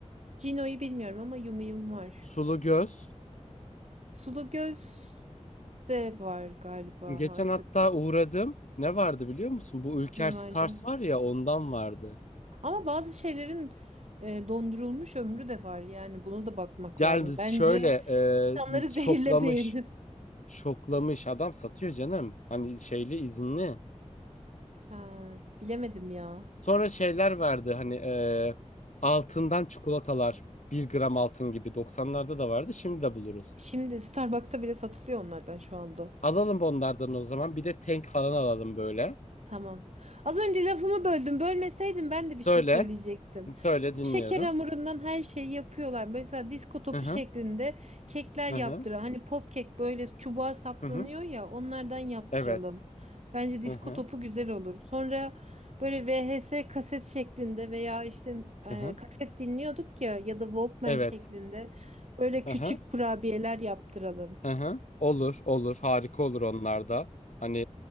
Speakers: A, on the right (about 65°); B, on the left (about 70°).
A: Cino'yu bilmiyorum ama Yumiyum var.
B: Sulu göz.
A: Sulu göz de var galiba
B: Geçen
A: artık.
B: hatta uğradım. Ne vardı biliyor musun? Bu Ülker
A: Ne
B: Stars
A: vardı?
B: var ya ondan vardı.
A: Ama bazı şeylerin e, dondurulmuş ömrü de var. Yani bunu da bakmak
B: Yani
A: lazım. Bence
B: şöyle
A: insanları
B: e,
A: <laughs> zehirlemeyelim.
B: şoklamış şoklamış adam satıyor canım. Hani şeyli izinli.
A: Ha, bilemedim ya.
B: Sonra şeyler verdi hani e, altından çikolatalar. Bir gram altın gibi Doksanlarda da vardı şimdi de buluruz.
A: Şimdi Starbucks'ta bile satılıyor onlardan şu anda.
B: Alalım onlardan o zaman bir de tank falan alalım böyle.
A: Tamam. Az önce lafımı böldüm. Bölmeseydin ben de bir
B: Söyle
A: şey söyleyecektim.
B: söyle dinliyorum.
A: Bu şeker hamurundan her şeyi yapıyorlar. Mesela disko topu
B: Hı hı
A: şeklinde kekler
B: hı
A: yaptıran.
B: hı
A: Hani pop kek böyle çubuğa saplanıyor
B: hı hı.
A: ya onlardan yaptıralım.
B: Evet.
A: Bence disko
B: Hı hı
A: topu güzel olur. Sonra böyle VHS kaset şeklinde veya işte e,
B: hı hı.
A: kaset dinliyorduk ya ya da Walkman
B: Evet.
A: şeklinde böyle küçük
B: Hı hı
A: kurabiyeler yaptıralım.
B: hı hı. Olur olur harika olur onlar da. Hani